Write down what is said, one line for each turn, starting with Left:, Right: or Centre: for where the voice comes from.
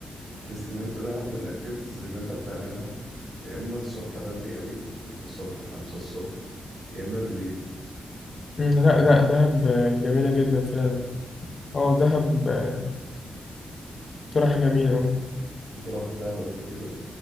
Right: بحس ان انت دهب بالاكتيفيتيز اللي انت بتعملها يا اما الصبح بدري قوي ستة الصبح خمسة الصبح يا اما بالليل
Left: مم. لا لا دهب آه، جميلة جدا فعلا اه دهب آه، اقتراح جميل اه
Right: انت رحت دهب قبل كده